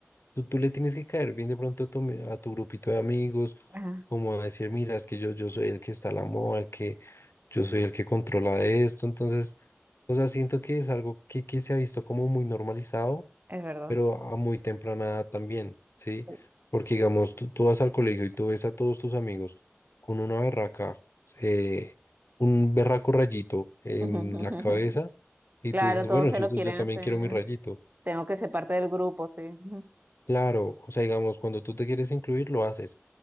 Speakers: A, on the left; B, on the right.
A: Tú, tú le tienes que caer bien de pronto a tu, ami- a tu grupito de amigos,
B: Ajá,
A: como a decir, mira, es que yo, yo soy el que está a la moda, el que yo soy el que controla esto. Entonces, o sea, siento que es algo que, que se ha visto como muy normalizado,
B: es verdad.
A: pero a muy temprana edad también, ¿sí?
B: sí.
A: Porque, digamos, tú, tú vas al colegio y tú ves a todos tus amigos con una berraca, eh, un berraco rayito en
B: <laughs>
A: la cabeza, y
B: Claro,
A: tú dices,
B: todos
A: bueno,
B: se
A: yo,
B: lo quieren
A: yo también
B: hacer.
A: quiero mi rayito.
B: Tengo que ser parte del grupo, sí. Ujú.
A: Claro, o sea, digamos, cuando tú te quieres incluir, lo haces,